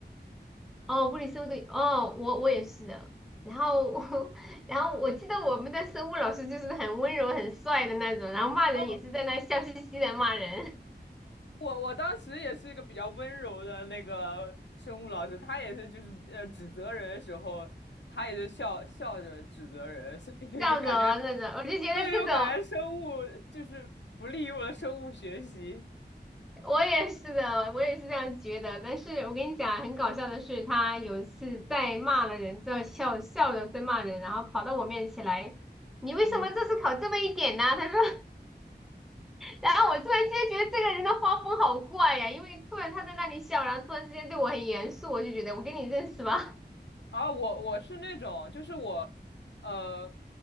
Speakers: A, in the centre; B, on the left.
A: 哦，物理生物对，哦，我我也是的。然后 <laughs> 然后我记得我们的生物老师就是很温柔、很帅的那种，然后骂人也是在那笑嘻嘻的骂人，
B: 哦。我我当时也是一个比较温柔的那个生物老师，他也是就是呃指责人的时候，他也是笑笑着指责人，
A: <laughs>
B: <laughs> 所以就感觉，
A: 笑着那种，我就觉得这种。
B: 所以又感觉生物就是不利于我的生物学习。
A: 我也是的，我也是这样觉得。但是我跟你讲，很搞笑的是，他有一次在骂了人之后，笑笑着在骂人，然后跑到我面前来，你为什么这次考这么一点呢？
B: 嗯，
A: 他说，<laughs> 然后我突然之间觉得这个人的画风好怪呀，因为突然他在那里笑，然后突然之间对我很严肃，我就觉得我跟你认识吧？
B: 啊，我我是那种，就是我，呃，